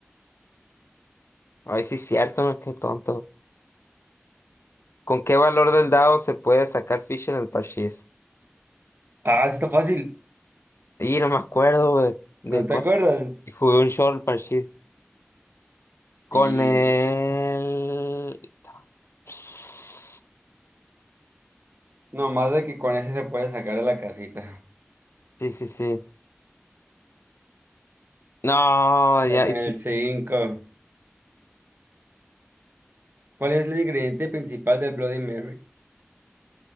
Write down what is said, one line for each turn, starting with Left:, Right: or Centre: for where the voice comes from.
Left: Ay, sí, es cierto, ¿no? Qué tonto. ¿Con qué valor del dado se puede sacar ficha en el parchís?
Right: Ah, sí está fácil.
Left: Y no me acuerdo de, de
Right: ¿No te
Left: cuál.
Right: acuerdas?
Left: Y Jugué un short parchís. Con
Right: Sí.
Left: el... Sí,
Right: Nomás de que con ese se puede sacar de la casita.
Left: sí, sí. No,
Right: Ya
Left: ya.
Right: con
Left: y sí,
Right: el cinco ¿Cuál es el ingrediente principal del Bloody Mary?